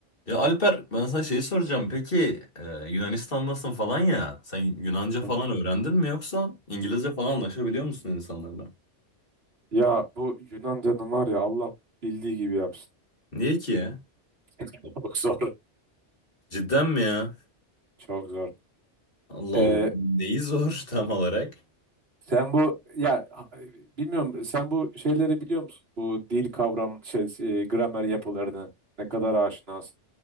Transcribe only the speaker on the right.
Hı hı.
Ya bu Yunan canım var ya Allah bildiği gibi yapsın.
<laughs> Çok zor.
Çok zor.
Ee,
sen bu ya ha- bilmiyorum sen bu şeyleri biliyor musun? Bu dil kavram şey e, gramer yapılarını ne kadar aşinasın?